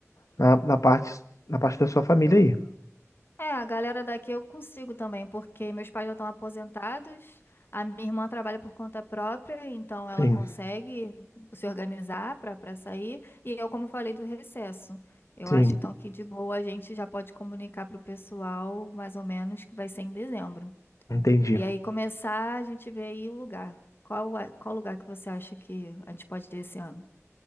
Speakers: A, on the left; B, on the left.
A: na, na parte, na parte da sua família aí.
B: É, a galera daqui eu consigo também, porque meus pais já estão aposentados, a minha irmã trabalha por conta própria, então ela
A: Sim,
B: consegue se organizar para para sair, e eu, como falei, do recesso. Eu
A: sim,
B: acho então que de boa a gente já pode comunicar para o pessoal, mais ou menos, que vai ser em dezembro.
A: entendi.
B: E aí começar a gente ver aí o lugar. Qual, é- qual lugar que você acha que a gente pode ir esse ano?